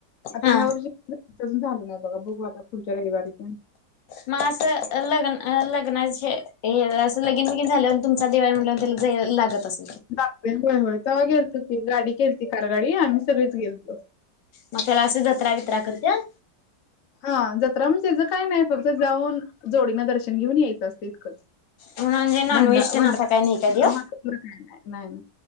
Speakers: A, on the left; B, on the left.
A: आता
B: हा
A: ह्या वर्षी अजून झाल पुन्हा बघा बघू आता पुढच्या रयवारी पण
B: मग असं लग्न लग्नाचे अस लगीन बगीन झाल्यावर तुमचा दिर हाय म्हंटल्यावर तेला दयायला लागत असत
A: लागतंय होय होय तवा गेलतो की गाडी केलती कारगाडी आम्ही सगळीच गेलतो
B: म त्याला असे जत्रा बित्रा करत्यानं
A: हा जत्रा त्याच काय नाय फक्त जाऊन जोडीनं दर्शन घेऊन यायचं असतं इतकंच
B: म्हणून म्हणजे नॉनव्हेज
A: भंडा
B: तेन
A: भंडा
B: असा काय नाही काय देव
A: असलं काय नाय नाय नाय